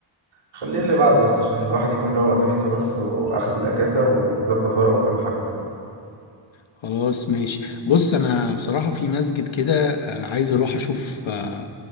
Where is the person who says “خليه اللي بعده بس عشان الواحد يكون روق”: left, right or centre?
Right